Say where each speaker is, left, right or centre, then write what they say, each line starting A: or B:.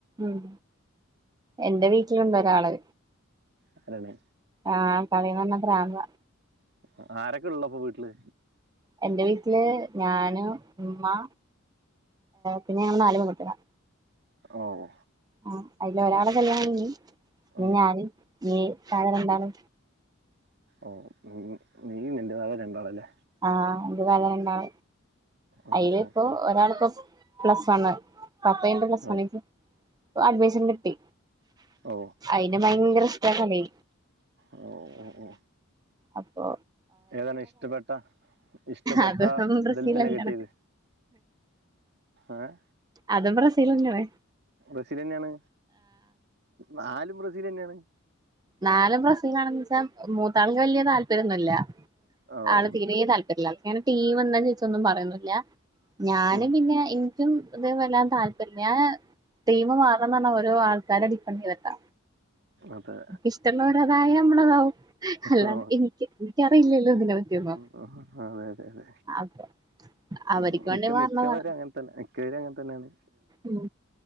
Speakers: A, on the right (about 20°); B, on the right (about 55°).
A: ഉം എന്റെ വീട്ടിലുണ്ടോരാള്
B: അതെലെ
A: ആഹ് കളിന്നറ്ഞ്ഞാ പ്രാന്താ
B: അപ്പൊ ആരക്കെള്ള പ്പൊ വീട്ടില്
A: എന്റെ വീട്ടില് ഞാന് ഉമ്മ പിന്നെ ഞങ്ങൾ നാലു പെൺ കുട്ട്യാളാ
B: ഓഹ്
A: ആഹ് അയില് ഒരാളെ കല്യാണം കയിഞ്ഞ് ഇനി
B: ആ
A: ഞാൻ ഇഞ്ഞി താഴെ രണ്ടാള്
B: ഓഹ് നീ നീയും നിന്റെതാഴെ രണ്ടാളല്ലേ
A: ആഹ് ന്റെ താഴെ രണ്ടാള
B: ഓ
A: അയില്പ്പൊ
B: ഓക്കെ
A: ഒരാള്പ്പൊ പ്ലസ് പ്ലസ് വണ്ണ് പത്തയ്ഞ്ഞിട്ട് പ്ലസ്
B: ഓ
A: വൺക്ക് ഇപ്പ അഡ്മിഷന് കിട്ടി
B: ഓ
A: അയ്ന് ഭയങ്കര ഇഷ്ടാ കളി
B: ഓഹ് ഓഹ് ഓഹ്
A: അപ്പോ
B: ഏതാണ് ഇഷ്ടപ്പെട്ട ഇഷ്ടപ്പെട്ട
A: അതും ബ്രസീലന്നെണ്
B: തിൽ തന്നെ കിട്ടീത് ഏഹ്
A: അതും ബ്രസീലെനെണ്
B: ബ്രസീലെനെണ് നാലും ബ്രസീലെനെണ്
A: നാലും ബ്രസീലാണെന്നെച്ചാ മൂത്ത് ആൾക്ക് വല്യതാല്പര്യന്നുല്ല്യ
B: ഓ
A: ആള് തീരെ താല്പര്യല്ല്യ ങ്ങനെ ടീമെന്ന ചോയ്ച്ചാ ചോന്നും പറയൊന്നുല്ല്യ ഞാന്
B: ഉം
A: പിന്നെ എനിക്കും ഇത് വല്ലാതെ താല്പര്യല്ല ഞാന് ടീം മാറണംന്നറ്ഞാല് ഓരോ ആൾക്കാരെ ഡിപന്റ് ചെയ്തിട്ടാ
B: അതെ
A: ഇഷ്ടള്ളവരതായ നമ്മളതാവും അല്ലാണ്ട്
B: ഓ
A: എനിക്ക് എനിക്കറിയില്ലല്ലോ തിനെ പറ്റിയൊന്നും
B: ആഹ് ആഹ് ആഹ് അതെ അതെ അതെ
A: അപ്പൊ അവര്ക്ക്
B: ഉം മിക്ക
A: വേണ്ടി മാറണതാണ്
B: മിക്കവരും അങ്ങന് എക്കേര് അങ്ങന് തന്നെണ്
A: ഉം